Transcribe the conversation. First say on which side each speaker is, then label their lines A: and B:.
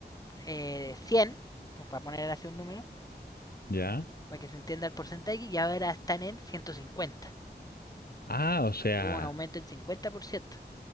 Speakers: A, on the left; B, on the left.
A: eh, 100, para poner así un número,
B: ¿ya?
A: para que se entienda el porcentaje, y ahora están en ciento cincuenta
B: Ah, o sea,
A: tuvo un aumento del 50%.